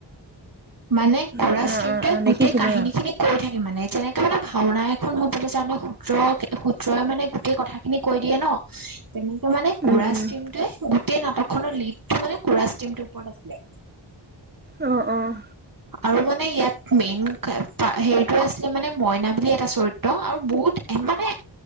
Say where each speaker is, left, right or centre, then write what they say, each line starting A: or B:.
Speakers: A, on the right (about 45°); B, on the right (about 20°).
A: মানে
B: উম,
A: কৰা ষ্টিমটোত
B: অ', অ', অ',
A: গোটেই
B: দেখিছিলোঁ
A: কাহিনী
B: অ',
A: খিনি কৈ থাকে মানে যেনেক মানে ভাওনা এখন হবলৈ যাওঁ মে সূত্ৰ-সূত্ৰই মানে গোটেই কথা খিনি কৈ দিয়ে ন, তেনেকে মানে কুৰা
B: উম, উম,
A: ষ্টিমটোৱে গোটেই নাটক খনৰ লিডটো মানে কুৰা ষ্টিমটোৰ ওপৰত আছিলে।
B: অঁ-অঁ
A: আৰু মানে ইয়াত মেইন হেৰিটো আছিলে মানে মইনা বুলি এটা চৰিত্ৰ, আৰু বহুত মানে